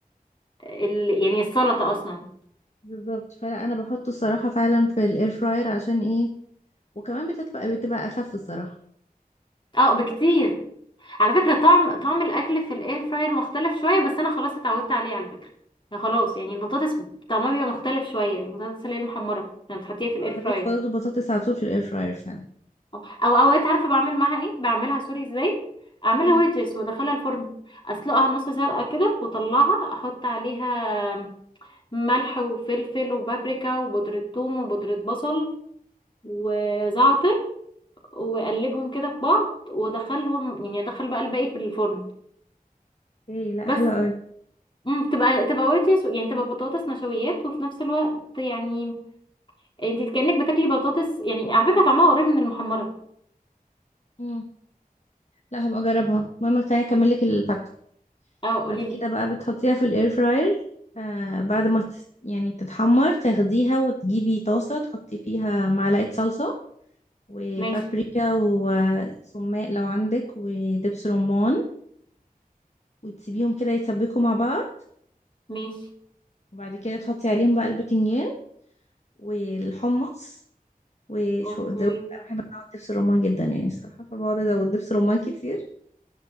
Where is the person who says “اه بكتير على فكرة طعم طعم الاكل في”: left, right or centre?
Left